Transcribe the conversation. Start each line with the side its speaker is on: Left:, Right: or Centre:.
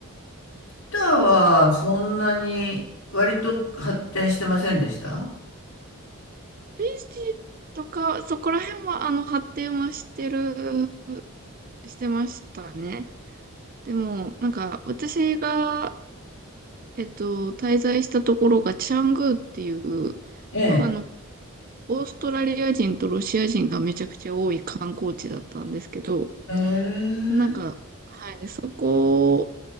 Left: ターはそんなに割と発展してませんでした
Right: あ、ビーチとか、そこら辺は、あの、発展はしてる、してましたね。でも、なんか、私が、えっと、滞在したところが、チャングーっていう、
Left: ええ。
Right: まああの、オーストラリア人とロシア人がめちゃくちゃ多い観光地だったんですけど、
Left: ええ。
Right: なんか、はい、そこ